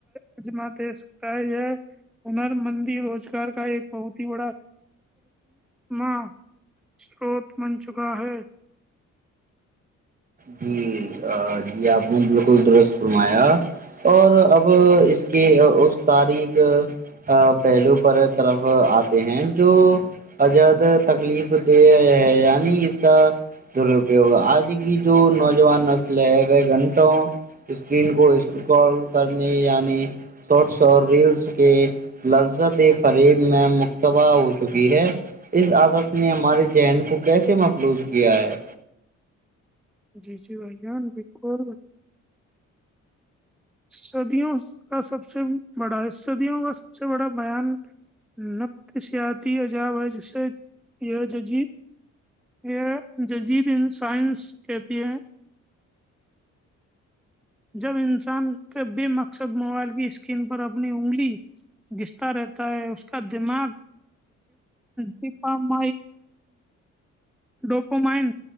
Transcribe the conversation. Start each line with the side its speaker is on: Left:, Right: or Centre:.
Centre: اجما دے سکتا ہے یہ ہنر مندی روزگار کا ایک بہت ہی بڑاچ ما سروت بن چکا ہے
Right: جی جی آپ نے بالکل درست فرمایا اور اب اس کی اس تاریخ پہلو پر طرف آتے ہیں جو ازاد تکلیف دے ہے یعنی اس کا درپیگ آج کی جو نوجوان نسل ہے وہ گھنٹوں اسکرین کو اس کال کرنے یعنی <unintelligible> شارٹس اور ریلس کے لذت فریب میں مکتبع ہو چکی ہے اس عادت نے ہمارے ذہن کو کیسے مفلوظ کیا ہے
Centre: جی جی بھائی جان بالکل صدیوں کا سب سے بڑا ہے صدیوں کا سب سے بڑا بیان نفت سیاحتی عجاب ہے جسے یہ ججیر یہ ججید ان سائنس کہتی ہے <unintelligible> جب انسان کا بے مقصد موبائل کی اسکرین پر اپنی انگلی گستتا رہتا ہے اس کا دماغ جپم ڈوپومائن